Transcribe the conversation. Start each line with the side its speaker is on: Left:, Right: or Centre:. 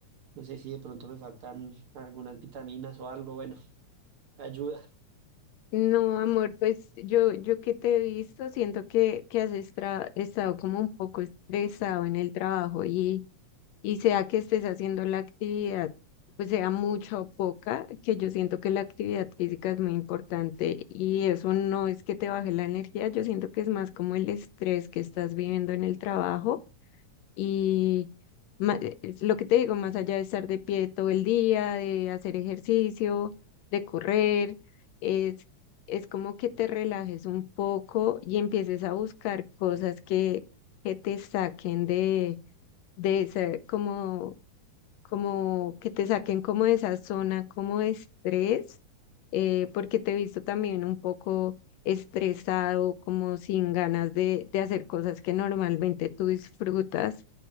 Right: no sé si de pronto me faltan algunas vitaminas o algo, bueno, ayuda.
Left: No, amor, pues yo, yo que te he visto, siento que, que has estra- estado como un poco estresado en el trabajo y, y sea que estés haciendo la actividad, pues sea mucha o poca, que yo siento que la actividad física es muy importante y eso no es que te baje la energía, yo siento que es más como el estrés que estás viviendo en el trabajo y ma- eh, eh, lo que te digo, más allá de estar de pie todo el día, de hacer ejercicio, de correr, es, es como que te relajes un poco y empieces a buscar cosas que, que te saquen de, de esa, como, como que te saquen como de esa zona, como de estrés, eh, porque te he visto también un poco estresado, como sin ganas de, de hacer cosas que normalmente tú disfrutas